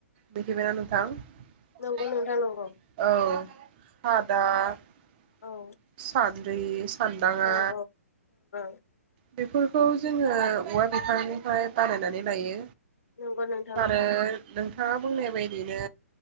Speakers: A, on the right; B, on the left.
A: मिथिबायना नोंथां
B: नंगौ नंगौ
A: औ <unintelligible>
B: औ
A: सान <unintelligible> <unintelligible> दाङा
B: औ <inaudible>
A: बेफोरखौ जोङो औवा बिफांनिफ्राय बानायनानै लायो।
B: नंगौ नोंथां
A: आरो
B: नंगौ
A: थांआ बुंनाय बायदिनो